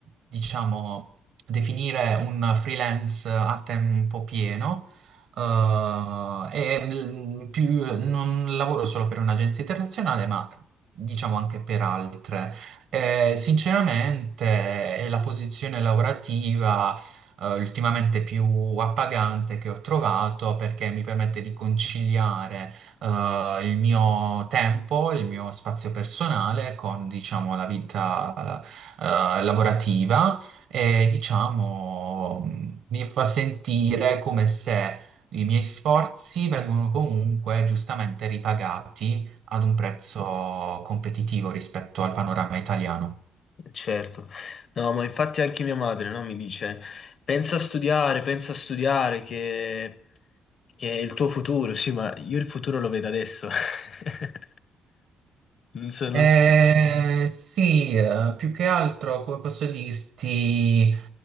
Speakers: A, on the right (about 75°); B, on the left (about 55°).
A: diciamo, definire un freelance a tempo pieno, eh, e mm, più- non lavoro solo per un'agenzia internazionale, ma diciamo anche per altre. Eh, sinceramente, è la posizione lavorativa eh, ultimamente più appagante che ho trovato perché mi permette di conciliare eh, il mio tempo, il mio spazio personale con, diciamo, la vita, eh, lavorativa e, diciamo, mi fa sentire come se i miei sforzi vengono comunque giustamente ripagati ad un prezzo competitivo rispetto al panorama italiano.
B: Certo, no, ma infatti anche mia madre, no, mi dice, pensa a studiare, pensa a studiare, che, che è il tuo futuro. Sì, ma io il futuro lo vedo adesso. <laughs> Non so, non
A: Eh,
B: so. te.
A: sì, eh, più che altro, come posso dirti,